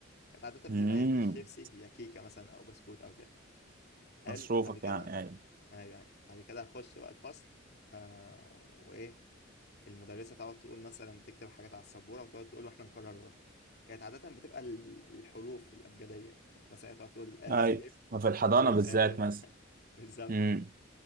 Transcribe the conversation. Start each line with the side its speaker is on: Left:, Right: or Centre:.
Left: كانت عادة بتبقى
Right: امم
Left: يا كيس شيبسي يا كيكة مثلا أو بسكوت أو كده حلو
Right: مصروفك
Left: بعد كده
Right: يعني أيوه
Left: أيوة يعني. بعد كده أخش بقى الفصل آه وإيه المدرسة تقعد تقول مثلا تكتب حاجات على السبورة وتقعد تقول وإحنا نكرر وراها كانت عادة بتبقى ال- الحروف الأبجدية مثلا هي تقعد تقول ألف
Right: أيوه في الحضانة
Left: أنا نقول
Right: بالذات
Left: ألف
Right: مثلا
Left: <laughs> بالظبط
Right: امم
Left: بالظبط